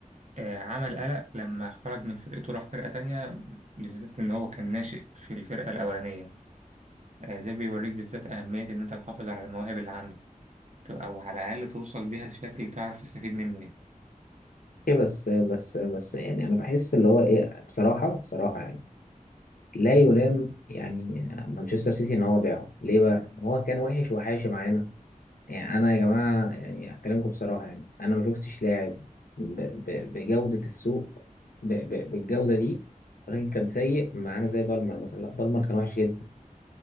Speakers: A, on the right; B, on the left.
A: آه عمل قلق لما خرج من فرقته راح فرقة تانية بالذات إن هو كان ناشئ في الفرقة الأولانية آه ده بيوريك بالذات أهمية إن أنت تحافظ على المواهب اللي عندك أو على الأقل توصل بيها لشكل تعرف تستفيد منه يعني
B: ايه بس بس بس يعني انا بحس اللي هو ايه بصراحه بصراحه يعني لا يلام يعني مانشستر سيتي ان هو باعه ليه بقى هو كان وحش وحاشي معانا يعني انا يا جماعه يعني هكلمكم بصراحه يعني انا ما شفتش لاعب ب- ب- بجوده السوق ب- ب- بالجوده دي ولكن كان سيء معانا زي بالمر مثلا لا بالمر كان وحش جدا